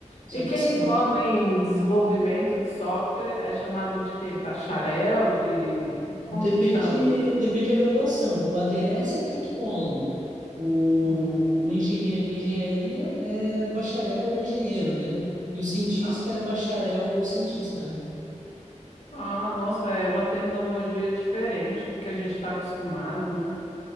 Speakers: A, on the right; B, on the left.
A: Só
B: E quem
A: que assim,
B: forma em desenvolvimento de software é chamado de quê? Bacharel? De... Como
A: Depende,
B: que chama?
A: depende da graduação. O ADS é tecnólogo, o,
B: Uhum.
A: o engenhe- engenharia é bacharel ou engenheiro, né? E o cientista
B: Ah,
A: é bacharel ou cientista, né?
B: ah, nossa, é uma terminologia diferente do que a gente está acostumado, né?